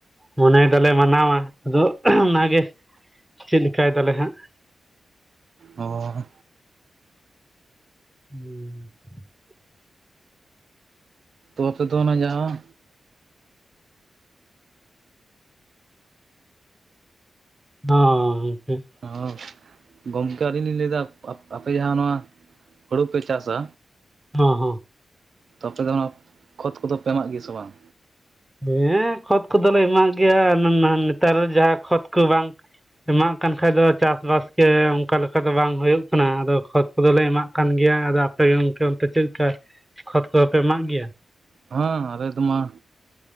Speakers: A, in the centre; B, on the right.
A: ᱢᱚᱱᱮᱭ ᱫᱟᱞᱮ ᱢᱟᱱᱟᱣᱟ ᱟᱫᱚ ᱚᱱᱟᱜᱮ ᱪᱮᱫ ᱞᱮᱠᱟᱭ ᱫᱟᱞᱮ ᱦᱟᱸᱜ ᱾
B: ᱚ ᱾
A: ᱦᱩᱸ ᱾
B: ᱛᱚ ᱟᱯᱮ ᱫᱚ ᱚᱱᱟ ᱡᱟᱦᱟᱸ
A: ᱦᱚᱸ ᱜᱚᱝᱠᱮ ᱾
B: ᱦᱚᱸ, ᱜᱚᱢᱠᱮ ᱟᱹᱞᱤᱧ ᱞᱤᱧ ᱞᱮᱭᱫᱟ ᱟᱯ ᱟᱯᱮ ᱡᱟᱦᱟᱸ ᱱᱚᱣᱟ ᱦᱳᱲᱳ ᱯᱮ ᱪᱟᱥᱟ
A: ᱦᱚᱸ ᱦᱚᱸ ᱾
B: ᱛᱚ ᱟᱯᱮ ᱫᱚ ᱚᱱᱟ ᱠᱷᱚᱛ ᱠᱚᱫᱚ ᱯᱮ ᱮᱢᱟᱜ ᱜᱮᱭᱟ ᱥᱮ ᱵᱟᱝ?
A: ᱦᱮᱸ ᱠᱷᱚᱛ ᱠᱚᱫᱚ ᱞᱮ ᱮᱢᱟᱜ ᱜᱮᱭᱟ <unintelligible> ᱱᱮᱛᱟᱨ ᱡᱟᱦᱟᱸ ᱠᱷᱚᱛ ᱠᱚ ᱵᱟᱝ ᱮᱢᱟᱜ ᱠᱟᱱ ᱠᱷᱟᱡ ᱫᱚ ᱪᱟᱥ ᱵᱟᱥ ᱜᱮ ᱚᱱᱠᱟ ᱞᱮᱠᱟ ᱫᱚ ᱵᱟᱝ ᱦᱩᱭᱩᱜ ᱠᱟᱱᱟ, ᱟᱫᱚ ᱠᱷᱚᱛ ᱠᱚᱫᱚ ᱞᱮ ᱮᱢᱟᱜ ᱠᱟᱱ ᱜᱮᱭᱟ ᱟᱫᱚ ᱟᱯᱮ ᱜᱮ ᱜᱚᱝᱠᱮ ᱚᱱᱛᱮ ᱪᱮᱫ ᱞᱮᱠᱟ ᱠᱷᱚᱛ ᱠᱚᱫᱚ ᱯᱮ ᱮᱢᱟᱜ ᱜᱮᱭᱟ?
B: ᱦᱚᱸ ᱟᱞᱮ ᱫᱚ ᱢᱟ